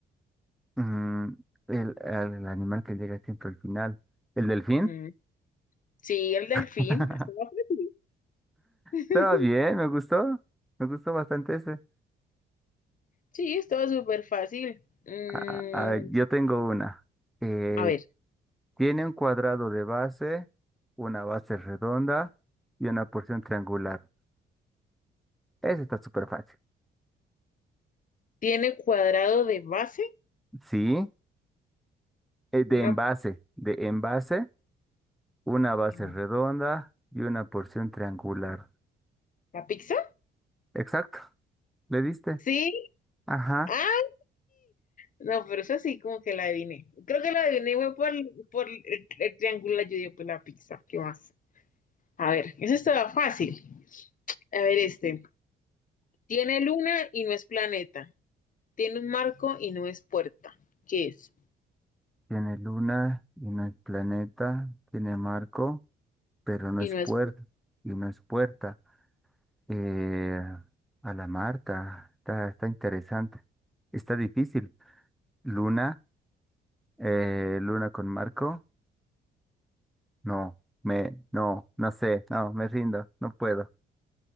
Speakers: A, in the centre; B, on the left (about 40°).
A: Mm, el, el- el animal que llega siempre al final. ¿El delfín?
B: Mm, sí, el delfín.
A: <laughs>
B: Estaba fácil. <laughs>
A: Estaba bien, me gustó. Me gustó bastante ese.
B: Sí, es todo súper fácil. Mm,
A: A- a ver, yo tengo una. Eh,
B: a ver,
A: tiene un cuadrado de base, una base redonda y una porción triangular. Ese está súper fácil.
B: tiene cuadrado de base
A: Sí, eh, de
B: Una,
A: envase, de envase, una base
B: em,
A: redonda y una porción triangular.
B: ¿la pizza?
A: Exacto, le diste.
B: Sí.
A: Ajá,
B: ¡Ay! No, pero eso sí, como que la adiviné. Creo que la adiviné fue por, por el, el triángulo, yo digo, pues la pizza. ¿Qué más? A ver, eso estaba fácil. A ver, este. Tiene luna y no es planeta. Tiene un marco y no es puerta. ¿Qué es?
A: tiene luna y no es planeta, tiene marco, pero no
B: Y
A: es
B: no
A: puerta
B: es
A: y no es puerta. Eh, a la Marta, está, está interesante. Está difícil. Luna, eh, luna con marco, no, me, no, no sé, no, me rindo, no puedo.